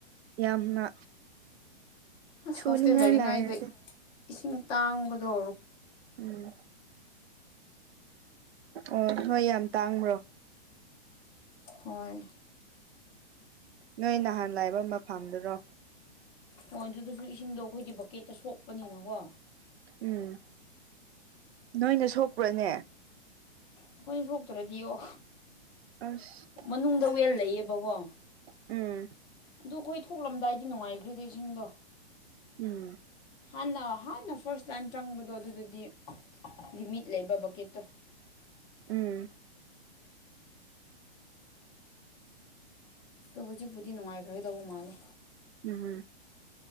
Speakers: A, on the right; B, on the left.
A: ꯌꯥꯝꯅ
B: ꯑꯁ
A: ꯁꯨꯅꯤꯡꯉꯥꯏ
B: ꯍꯣꯁꯇꯦꯜ ꯂꯩꯔꯤꯉꯩꯗ
A: ꯂꯩꯔꯗꯤ
B: ꯏꯁꯤꯡ ꯇꯥꯡꯕꯗꯣ
A: ꯎꯝ ꯑꯣ ꯍꯣꯏ ꯌꯥꯝ ꯇꯥꯡꯕ꯭ꯔꯣ
B: ꯍꯣꯏ
A: ꯅꯣꯏ ꯅꯍꯥꯟ ꯂꯥꯏꯕ ꯃ ꯐꯥꯝꯗꯨꯔꯣ
B: ꯍꯣꯏ ꯑꯗꯨꯗꯁꯨ ꯏꯁꯤꯡꯗꯣ ꯑꯩꯈꯣꯏꯗꯤ ꯕꯛꯀꯦꯠꯇ ꯁꯣꯛꯄꯅꯤꯅꯀꯣ
A: ꯎꯝ ꯅꯣꯏꯅ ꯁꯣꯛꯄ꯭ꯔꯅꯦ
B: ꯑꯩꯈꯣꯏꯅ ꯁꯣꯛꯇ꯭ꯔꯗꯤ ꯑꯣ
A: ꯑꯁ
B: ꯃꯅꯨꯡꯗ ꯋꯦꯜ ꯂꯩꯌꯦꯕꯀꯣ
A: ꯎꯝ
B: ꯑꯗꯨ ꯑꯩꯈꯣꯏ ꯊꯣꯛꯂꯝꯗꯥꯏꯗꯤ ꯅꯨꯡꯉꯥꯏꯈ꯭ꯔꯤꯗ ꯏꯁꯤꯡꯗꯣ
A: ꯎꯝ
B: ꯍꯥꯟꯅ ꯍꯥꯟꯅ ꯐꯥꯔꯁ ꯇꯥꯏꯝ ꯆꯪꯕꯗꯣ ꯑꯗꯨꯗꯗꯤ ꯂꯤꯃꯤꯠ ꯂꯩꯕ ꯕꯛꯀꯦꯠꯇꯣ
A: ꯎꯝ
B: ꯑꯗꯣ ꯍꯧꯖꯤꯛꯄꯨꯗꯤ ꯅꯨꯡꯉꯥꯏꯈ꯭ꯔꯒꯗꯧꯕ ꯃꯥꯜꯂꯤ
A: ꯎꯝꯝ